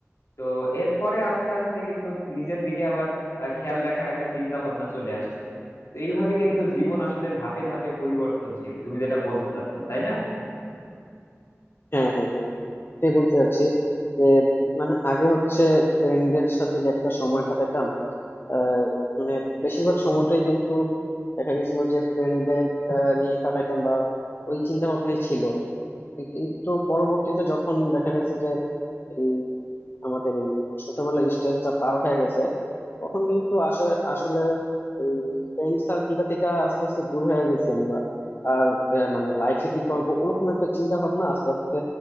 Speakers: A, on the left; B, on the left.
A: তো এরপরে আস্তে আস্তে কিন্তু নিজের দিকে আবার আহ, খেয়াল রাখার একটা চিন্তা ভাবনা চলে আসছে তো এইভাবে কিন্তু জীবন আসলে ধাপে ধাপে পরিবর্তনশীল তুমি যেটা বলতে চাচ্ছো তাই না
B: হ্যাঁ হ্যাঁ হ্যাঁ তাই বলতে চাচ্ছি যে মানে আগে হচ্ছে ফ্রেন্ডদের সাথে যে একটা সময় কাটাতাম আহ, মানে বেশিরভাগ সময়টাই কিন্তু দেখা গেছিল যে ফ্রেন্ডদের নিয়ে কাটাইতাম বা ওই চিন্তা ভাবনাই ছিল এ কিন্তু পরবর্তীতে যখন দেখা গেছে এই আমাদের এই ছোটবেলার স্টেজটা পার হয়ে গেছে তখন কিন্তু আসে আসলে এই ফ্রেন্ড সার্কেলটা থেকে আস্তে আস্তে দূর হয়ে গেছি আমরা আর আহ, মানে লাইফে কি করব ওরকম একটা চিন্তা ভাবনা আস্তে আস্তে